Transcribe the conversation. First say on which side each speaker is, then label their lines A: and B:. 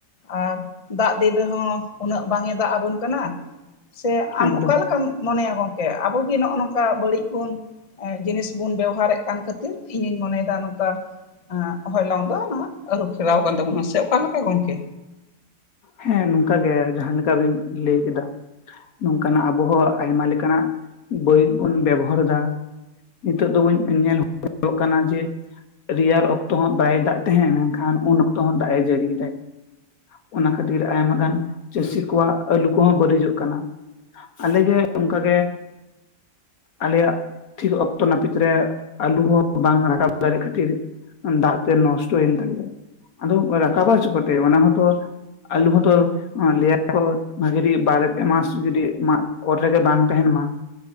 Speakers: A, on the left; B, on the left.
A: ᱟᱨ ᱫᱟᱜ ᱫᱤᱱ ᱨᱮᱦᱚᱸ ᱩᱱᱟᱹᱜ ᱵᱟᱝ ᱮ ᱫᱟᱜ ᱟᱵᱚᱱ ᱠᱟᱱᱟ, ᱥᱮ ᱟᱢ
B: ᱮᱠᱫᱚᱢ
A: ᱚᱠᱟ ᱞᱮᱠᱟᱢ ᱢᱚᱱᱮᱭᱟ ᱜᱚᱝᱠᱮ ᱟᱵᱚ ᱜᱮ ᱱᱚᱜᱼᱚ ᱱᱚᱝᱠᱟ ᱵᱟᱹᱲᱤᱡ ᱵᱚᱱ ᱜᱴᱡᱤᱱᱤᱥ ᱵᱚᱱ ᱵᱮᱵᱷᱟᱨᱮᱫ ᱠᱟᱱ ᱠᱷᱟᱹᱛᱤᱨ ᱤᱧᱤᱧ ᱢᱚᱱᱮᱭᱮᱫᱟ ᱱᱚᱝᱠᱟ ᱦᱚᱭᱞᱚᱝ ᱫᱚ ᱱᱟ ᱟᱹᱨᱩ ᱯᱷᱮᱨᱟᱣ ᱠᱟᱱ ᱛᱟᱵᱚᱱᱟ ᱥᱮ ᱚᱠᱟᱞᱮᱠᱟ ᱜᱚᱝᱠᱮ?
B: ᱦᱮᱸ ᱱᱚᱝᱠᱟ ᱜᱮ ᱡᱟᱦᱟᱸᱞᱮᱠᱟ ᱵᱤᱱ ᱞᱟᱹᱭ ᱠᱮᱫᱟ ᱱᱚᱝᱠᱟᱱᱟᱜ ᱟᱵᱚ ᱦᱚᱸ ᱟᱭᱢᱟ ᱞᱮᱠᱟᱱᱟᱜ ᱵᱳᱭᱤ ᱵᱚᱱ ᱵᱮᱵᱚᱦᱟᱨ ᱫᱟ ᱦᱤᱛᱚᱜ ᱫᱚᱵᱚᱱ ᱧᱮᱞ ᱦᱩᱭᱩᱜᱚᱜ ᱠᱟᱱᱟ ᱡᱮ ᱨᱮᱭᱟᱲ ᱚᱠᱛᱚ ᱦᱚᱸ ᱵᱟᱭ ᱫᱟᱜ ᱛᱟᱦᱮᱸᱫ ᱢᱮᱱᱠᱷᱟᱱ ᱩᱱ ᱚᱠᱛᱚ ᱦᱚᱸ ᱫᱟᱜ ᱮ ᱡᱟᱹᱲᱤ ᱠᱮᱫᱟᱭ ᱚᱱᱟ ᱠᱷᱟᱹᱛᱤᱨ ᱟᱭᱢᱟ ᱜᱟᱱ ᱪᱟᱹᱥᱤ ᱠᱚᱣᱟᱜ ᱟᱹᱞᱩ ᱠᱚᱦᱚᱸ ᱵᱟᱹᱲᱤᱡᱚᱜ ᱠᱟᱱᱟ ᱟᱞᱮᱜᱮ ᱚᱝᱠᱟᱜᱮ ᱟᱞᱮᱭᱟᱜ ᱴᱷᱤᱠ ᱚᱠᱛᱚ ᱱᱟᱹᱯᱤᱛ ᱨᱮ ᱟᱞᱩ ᱦᱚᱸ ᱵᱟᱝ ᱨᱟᱠᱟᱵ ᱫᱟᱲᱮ ᱠᱷᱟᱹᱛᱤᱨ ᱫᱟᱜ ᱛᱮ ᱱᱚᱥᱴᱚᱭᱮᱱ ᱛᱟᱞᱮᱭᱟ ᱟᱫᱚ ᱨᱟᱠᱟᱵᱟ ᱪᱤᱠᱳᱛᱮ ᱚᱱᱟ ᱦᱚᱸᱛᱚ ᱟᱞᱩ ᱦᱚᱸᱛᱚ ᱞᱭᱟᱠᱚ ᱵᱷᱟᱜᱮ ᱴᱷᱤᱠ ᱵᱟᱨ ᱯᱮ ᱢᱟᱥ ᱡᱩᱫᱤ ᱢᱟ ᱚᱨ ᱨᱮᱜᱮ ᱵᱟᱝ ᱛᱟᱦᱮᱱ ᱢᱟ